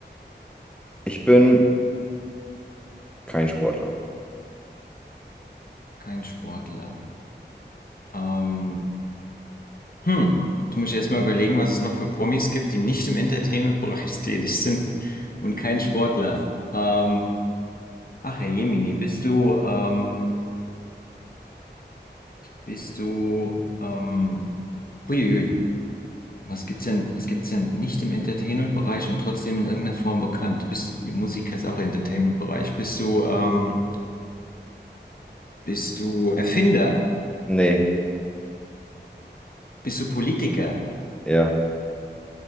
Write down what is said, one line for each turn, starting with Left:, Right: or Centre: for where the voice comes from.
Centre: Ich bin kein Sportler.
Left: Kein Sportler. Ähm, Hm, du musst erst mal überlegen, was es noch für Promis gibt, die nicht im Entertainment-Bereich <laughs> tätig sind und kein Sportler. Ähm, ach, Herr Jemini, bist du, ähm, bist du, ähm, huiuiui, was gibt's denn, was gibt's denn nicht im Entertainment-Bereich und trotzdem in irgendeiner Form bekannt? Bist, Musiker ist auch Entertainment-Bereich. Bist du, ähm, bist du Erfinder?
Centre: Nee.
Left: Bist du Politiker?
Centre: Ja.